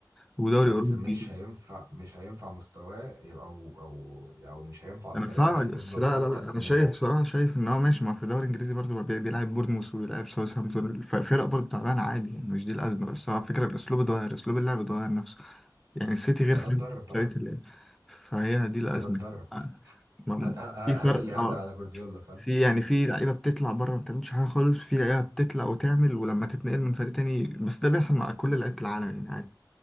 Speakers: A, in the centre; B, on the right.
A: ودوري
B: بس
A: اوروبي
B: مش هينفع مش هينفع مستواه يبقى او او او مش هينفع الطريقه
A: انا فاهمك
B: دي تفضل
A: بس لا
B: ثابته
A: لا لا
B: في
A: انا
B: نادي
A: شايف بصراحه شايف ان هو ماشي ما هو في الدوري الانجليزي برضه بي- بيلعب بورنموث وبيلعب ساوثهامبتون الف- فرق برضه تعبانه عادي يعني مش دي الازمه بس هو فكره الاسلوب اتغير اسلوب اللعب اتغير نفسه يعني السيتي غير
B: ما
A: فريمبونج
B: ده مدرب بقى
A: شريت اللي فهي دي الأزمة
B: ده مدرب
A: آه، ما-
B: هات هات
A: في فرق
B: هات اللي يعدل
A: اه
B: على جوارديولا فاهم
A: في يعني في لعيبة بتطلع بره ما بتعملش حاجة خالص في لعيبة بتطلع وتعمل ولما تتنقل من فريق تاني بس ده بيحصل مع كل لعيبة العالم يعني عادي